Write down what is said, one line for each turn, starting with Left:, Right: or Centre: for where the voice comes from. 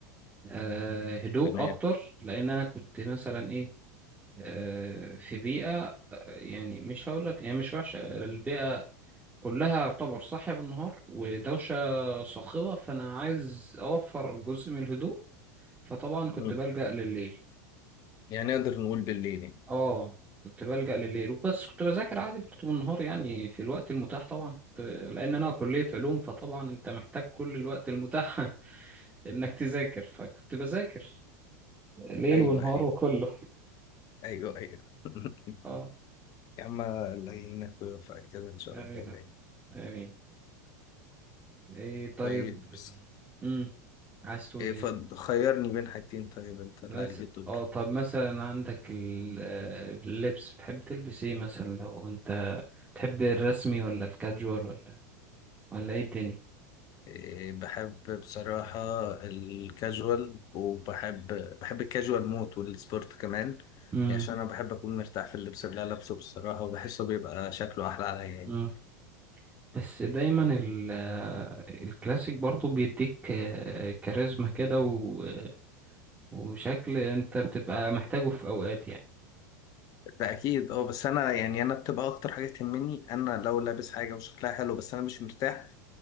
Right: أه هدوء
Left: تمام
Right: أكتر لأن أنا كنت مثلا إيه أه في بيئة آه، يعني مش هقولك هي مش وحشة البيئة كلها يعتبر صاحية بالنهار ودوشة صاخبة فأنا عايز أوفر جزء من الهدوء فطبعا كنت
Left: مم.
Right: بلجأ لليل
Left: يعني نقدر نقول بالليل يعني.
Right: اه كنت بلجأ لليل وبس كنت بذاكر عادي برضه بالنهار يعني في الوقت المتاح طبعا كنت- لأن أنا كلية علوم فطبعا أنت محتاج كل الوقت المتاح <laughs> إنك تذاكر فكنت بذاكر ليل
Left: ايوه
Right: ونهار
Left: ايوه
Right: وكله
Left: ايوه ايوه <laughs>
Right: اه
Left: يا عم الله يعينك ويوفقك كده ان شاء
Right: آمين
Left: الله دايما
Right: يا رب آمين إيه طيب
Left: طيب بس
Right: مم. عايز تقول
Left: إيه
Right: إيه
Left: فض- خيرني بين حاجتين طيب انت اللي
Right: بس
Left: عليك الدور
Right: اه طب مثلا عندك ال- آه، اللبس بتحب تلبس ايه مثلا لو انت تحب الرسمي ولا الكاجوال ولا ولا ايه الدنيا
Left: إيه بحب بصراحة الكاجوال وبحب بحب الكاجوال موت والسبورت كمان
Right: امم
Left: يعني عشان انا بحب اكون مرتاح في اللبس اللي أنا لابسه بصراحة وبحسه بيبقى شكله احلى عليا يعني
Right: امم بس دايما ال- آه، الكلاسيك برضو بيديك آه، كاريزما كده و- آه، وشكل انت بتبقى محتاجه في اوقات يعني
Left: ده اكيد اه بس انا يعني انا بتبقى اكتر حاجة تهمني انا لو لابس حاجة وشكلها حلو بس انا مش مرتاح